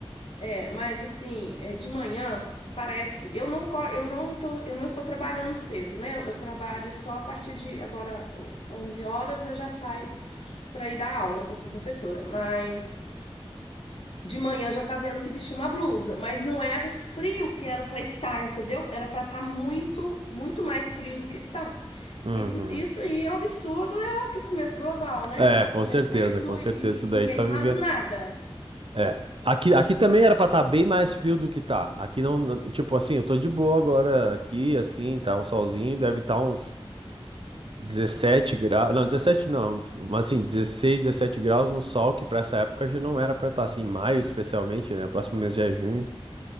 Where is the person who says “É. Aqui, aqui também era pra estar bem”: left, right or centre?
Right